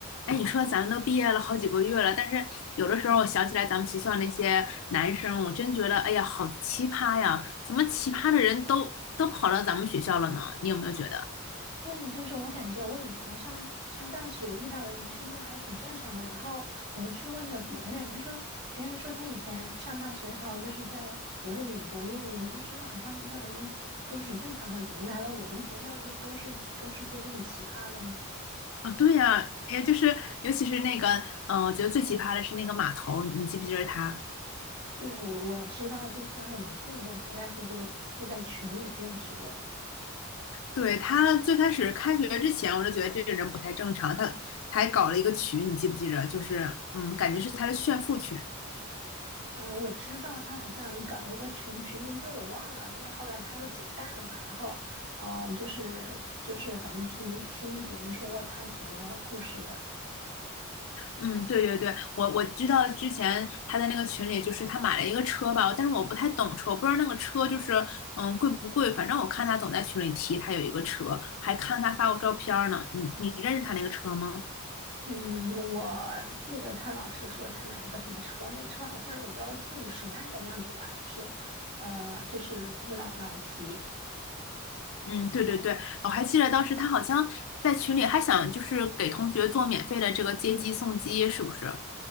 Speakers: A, on the left; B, on the right.
A: 哎，你说咱们都毕业了好几个月了，但是有的时候我想起来咱们学校那些男生，我真觉得，哎呀，好奇葩呀！怎么奇葩的人都都跑到咱们学校了呢？你有没有觉得？
B: 对，就是我感觉我以前上上大学遇到的男生都还挺正常的，然后我去问了别人，他说别人说他以前上大学，还有就是在比如说美国念研究生，好像遇到的人都挺正常的，怎么来了我们学校就都是都是些这么奇葩的呢？
A: 啊，对呀，哎呀，就是尤其是那个，嗯，我觉得最奇葩的是那个码头，你记不记得他？
B: 对，我我知道，就虽然我没见过他，但是就就在群里见识过。
A: 对，他最开始开学之前，我就觉得这个人不太正常，他他还搞了一个群，你记不记得？就是，嗯，感觉是他的炫富群。
B: 嗯，呃我知道他好像搞了一个群，群名字我忘了，因为后来他又解散了嘛。然后，哦、就是就是，反正听听别人说过他挺多故事的。
A: 嗯，对对对，我我知道之前他在那个群里，就是他买了一个车吧，但是我不太懂车，我不知道那个车就是嗯贵不贵，反正我看他总在群里提他有一个车，还看他发过照片儿呢。你你认识他那个车吗？
B: 嗯，我记得他老是说他买了个什么车，那车好像也就四五十万的样子吧，就是，呃，就是他就老老提。
A: 嗯，对对对，我还记得当时他好像在群里还想就是给同学做免费的这个接机送机，是不是？